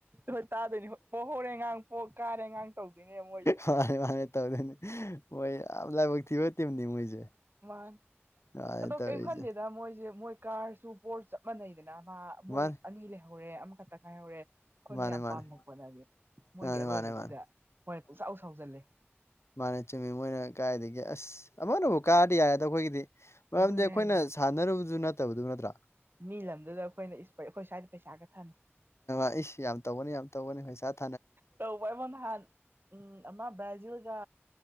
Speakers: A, on the right; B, on the left.
A: ꯍꯣꯏ ꯇꯥꯗꯣꯏꯅꯤ ꯍꯣꯏ ꯄꯣꯛ ꯍꯧꯧꯔꯦꯒꯥꯡ ꯄꯣꯛ ꯀꯥꯔꯦ ꯉꯥꯡ ꯇꯧꯗꯣꯏꯅꯦꯕ ꯃꯣꯏꯁꯦ
B: ꯃꯥꯅꯦ ꯃꯥꯅꯦ ꯇꯧꯗꯅꯤ ꯃꯣꯏ ꯌꯥꯝ ꯂꯥꯏꯕꯛ ꯊꯤꯕꯅꯤ ꯃꯣꯏꯁꯦ
A: ꯋꯥꯟ
B: ꯃꯥꯅꯦ
A: ꯑꯗꯣ
B: ꯇꯧꯔꯤꯁꯦ
A: ꯀꯔꯤꯝ ꯈꯟꯗꯦꯗ ꯃꯣꯏꯁꯦ ꯃꯣꯏ ꯀꯥꯔꯁꯨ ꯄꯣꯔꯠ ꯆꯞ ꯃꯥꯟꯅꯩꯗꯅ ꯃꯥ ꯃꯣꯏ
B: ꯃꯥꯅꯦ
A: ꯑꯅꯤ ꯂꯩꯍꯧꯔꯦ ꯑꯃꯈꯛꯇ ꯉꯥꯏꯍꯧꯔꯦ ꯑꯩꯈꯣꯏꯅ
B: ꯃꯥꯅꯦ
A: ꯌꯥꯝ
B: ꯃꯥꯅꯦ
A: ꯄꯥꯝꯃꯛꯄꯗꯗꯤ ꯃꯣꯏꯒꯤ
B: ꯃꯥꯅꯦ
A: ꯑꯔꯣꯏꯕꯁꯤꯗ
B: ꯃꯥꯅꯦ ꯃꯥꯅꯦ
A: ꯃꯣꯔ ꯄꯨꯡꯆꯥꯎ ꯁꯥꯎꯖꯜꯂꯦ
B: ꯃꯥꯅ ꯆꯨꯝꯃꯤ ꯃꯣꯏꯅ ꯀꯥꯏꯗꯒꯤ ꯑꯁ ꯑꯃꯅꯕꯨ ꯀꯥꯔꯗꯤ ꯌꯥꯔꯦꯗꯣ ꯑꯩꯈꯣꯏꯒꯤꯗꯤ ꯃꯔꯝꯗꯤ
A: ꯑꯗꯨꯅꯦ
B: ꯑꯩꯈꯣꯏꯅ
A: ꯍꯥꯏꯁꯦ
B: ꯁꯥꯅꯔꯨꯕꯗꯨ ꯅꯠꯇꯕꯗꯨ ꯅꯠꯇ꯭ꯔꯥ
A: ꯃꯤ ꯂꯝꯗꯨꯗ ꯑꯩꯈꯣꯏꯅ ꯏꯁ ꯑꯩꯈꯣꯏ ꯁ꯭ꯋꯥꯏꯗ ꯄꯩꯁꯥꯒ ꯊꯟ
B: ꯑꯦ ꯏ ꯌꯥꯝ ꯇꯧꯒꯅꯤ ꯌꯥꯝ ꯇꯧꯒꯅꯤ ꯍꯣꯏ ꯆꯥꯠ
A: ꯇꯧꯄꯥꯏ ꯃꯣꯟ ꯍꯥꯟ ꯎꯝ ꯑꯃ ꯕ꯭ꯔꯥꯖꯤꯜꯒ